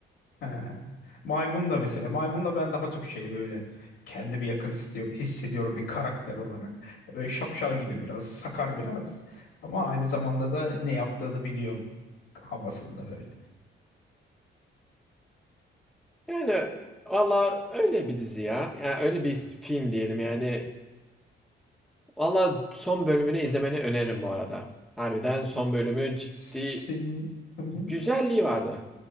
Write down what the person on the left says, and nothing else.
He. Maymunla mesela. Maymunla ben daha çok şey böyle kendimi yakın istiyor- hissediyorum bir karakter olarak. Böyle şapşal gibi biraz, sakar biraz. Ama aynı zamanda da ne yaptığını biliyor havasında böyle.
Sin... Hı hı.